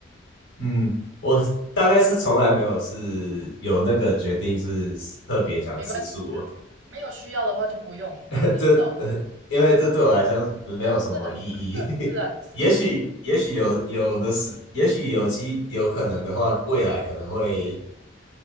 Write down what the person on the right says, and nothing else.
没关系啦，没有需要的话就不用，
你知道，
这是很这是很自然的事情，